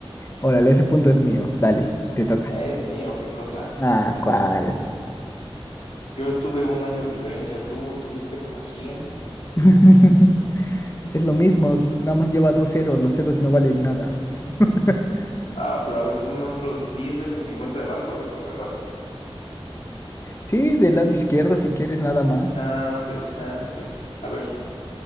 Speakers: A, on the left; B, on the left.
A: Órale, ese punto es mío. Dale, te toca.
B: es mío, qué cosa.
A: Ah, ¿cuál?
B: Yo estuve un año de diferencia, tú tuviste como cien.
A: <laughs> Es lo mismo, es- nada más lleva dos ceros, los ceros no valen nada. <laughs>
B: Ah, pero a ver, ponme otros 10 ceros en mi cuenta de banco, a ver cómo me va.
A: Sí, del lado izquierdo si quieres nada más.
B: Chanfle, chanfle. A ver,